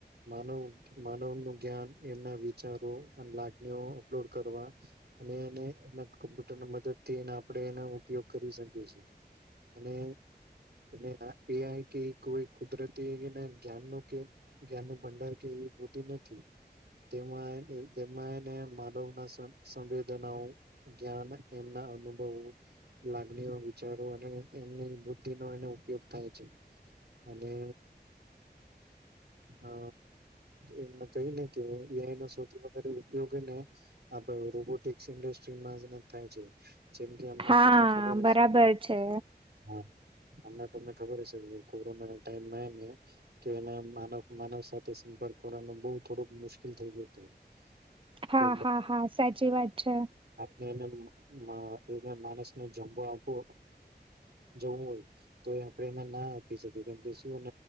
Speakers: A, on the right; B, on the right.
A: માનવ માનવનું જ્ઞાન એમના વિચારો લાગણીઓ અપલોડ કરવા અને એને એના કમ્પ્યુટરની મદદથી એને આપણે એનો ઉપયોગ કરી શકીએ અને એ આઈ કે કોઈ કુદરતી એ જ્ઞાનનું કે જ્ઞાનનુ ભંડાર કે એ બધ નથી તેમાં જેમાં એને માનવના સંવેદનાઓ જ્ઞાન એમના અનુભવો લાગણીઓ વિચારો અને એમની બુદ્ધિનો એનો ઉપયોગ થાય છે અને અ એમને કહી ને કે એઆઈ નો સૌથી વધારે ઉપયોગને આ રોબોટિકસ ઇન્ડસ્ટ્રીમાં થાય છે. જેમ કે હમના
B: હા
A: તમને ખબર હશે
B: બરાબર છે
A: હા હમને તમને ખબર હશે કોરોના ટાઈમાં હેને કે માનવ સાથે સંપર્ક કરવાનું બહ થોડુંક મુશ્કેલ થઈ ગયું હતું. કે
B: હા હા હા સાચી વાત છે.
A: ને એને માણસને જમવા આપવો જવું હોય તો એ આપે એને ના આપી શકીએ કેમ કે શું